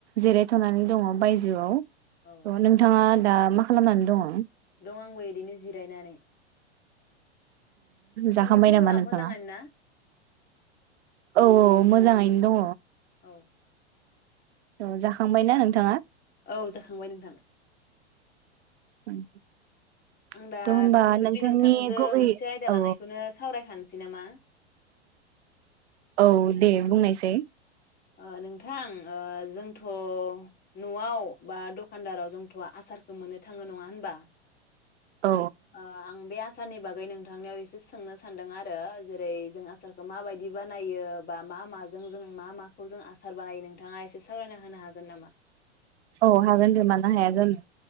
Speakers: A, on the right (about 75°); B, on the left (about 30°).
A: जिरायथ'नानै दङ बायजोआव
B: औ
A: नोंथाङा दा मा खालामनानै दङ।
B: दं आंबो बिदिनो जिरायनानै नोंथांनि
A: जाखांबाय
B: खबरा
A: नामा नोंथाङा
B: मोजाङानो ना?
A: औ औ मोजाङै दङ।
B: औ।
A: औ जाखांबायना नोंथाङा।
B: औ जाखांबाय नोंथां
A: <unintelligible>
B: आं दा
A: थ' होमबा
B: थोंजोङै
A: नोंथांनि
B: नोंथांजो
A: गुबै
B: मोनसे आयदा
A: औ
B: लानायखौनो सावरायखानो सै नामा?
A: औ दे बुंनायसै
B: ओ नोंथां ओ जोंथ' न'आव बा दखानदाराव जोंथ' आसारखौ मोननो थाङो नङा होनबा?
A: औ
B: आ आं दा आसारनि बागै नोंथांनियाव एसे सोंनो सान्दों आरो जेरै जों आ माबायदि बानायो बा मा माजों जों मा माखौ जों आसार बानायो नोंथाङा एसे सावरायना होनो हागोन नामा?
A: औ हागोन दे मानो हाया जानो।